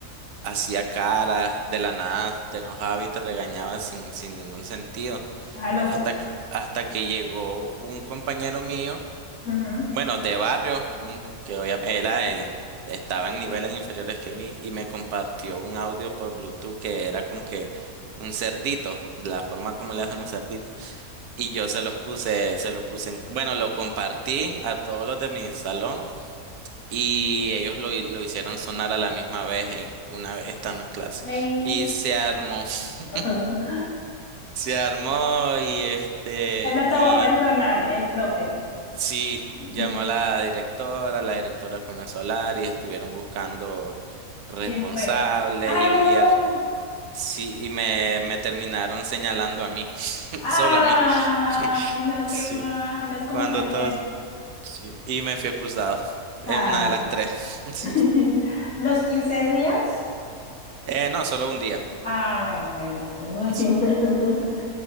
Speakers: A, on the right; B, on the left.
A: hacía caras, de la nada te enojaba y te regañaba sin, sin ningún sentido.
B: Ah, loco.
A: Hasta que, hasta que llegó un compañero mío,
B: Ujú.
A: bueno, de barrio, un- que obviamente era, eh, estaba en niveles inferiores que mí, y me compartió un audio por Bluetooth que era como que un cerdito, de la forma como le hacen los cerditos. Y yo se los puse, se lo puse en, bueno, lo compartí a todos los de mi salón. Y ellos lo, hi- lo hicieron sonar a la misma vez, eh, una vez estando en clase.
B: Ay.
A: Y se armó, <laughs>
B: <laughs>
A: se armó y este,
B: Se lo tomó
A: y
B: personal, el profe.
A: sí,
B: <laughs>
A: llamó a la directora, la directora comenzó a hablar y estuvieron buscando responsable
B: ¿Quién fue? ¡Ay,
A: y,
B: no!
A: y al- sí, y me, me terminaron señalando a mí, <laughs>
B: ¡Ay,
A: solo a mí. <laughs>
B: no! ¡Qué
A: Sí,
B: mal! Los compañeros.
A: cuando todos, sí. Y me fui expulsado
B: Ah.
A: en una de las tres. <laughs> Sí.
B: <laughs> ¿Los 15 días?
A: Eh, no, solo un día.
B: Ah, bueno, bueno, bueno.
A: Sí.
B: <laughs>